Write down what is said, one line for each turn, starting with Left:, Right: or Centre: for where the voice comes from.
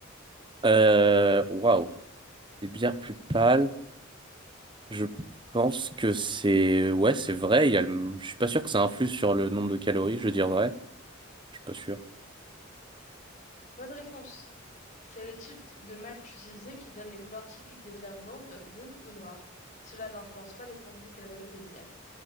Right: Euh, Waouh. Des bières plus pâles. Je pense que c'est. Ouais, c'est vrai. Il y a le... Je suis pas sûr que ça influe sur le nombre de calories, je veux dire vrai. Je suis pas sûr.
Left: Bonne réponse. C'est le type de malt utilisé qui donne les couleurs typiques des bières blondes, brunes ou noires. Cela n'influence pas le contenu calorique des bières.